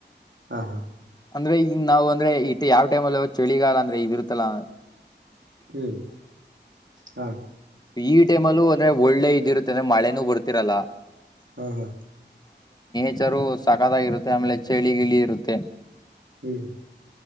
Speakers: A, on the right; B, on the left.
A: ಹಾ ಹಾ
B: ಅಂದ್ರೆ ಈ ನಾವು ಅಂದ್ರೆ ಇ ಯಾವ ಟೈಮ ಅಲ್ಲಿ ಚಳಿಗಾಲ ಅಂದ್ರೆ ಇದ ಇರುತ್ತಲ್ಲ
A: ಹ್ಮ್ ಹಾ
B: ಈ ಟೈಮ್ ಅಲ್ಲೂ ಅಂದ್ರೆ ಒಳ್ಳೆ ಇದಿ ಇರುತ್ತೆ ಅಂದ್ರೆ ಮಳೆನೂ ಬರ್ತಿರಲ್ಲ
A: ಹಾ ಹಾ
B: ಹೆಚ್ಚರು ಸಕ ಆಗಿರುತ್ತೆ ಆಮೇಲೆ ಚಳಿ ಗಿಳಿ ಇರುತ್ತ
A: ಹ್ಮ್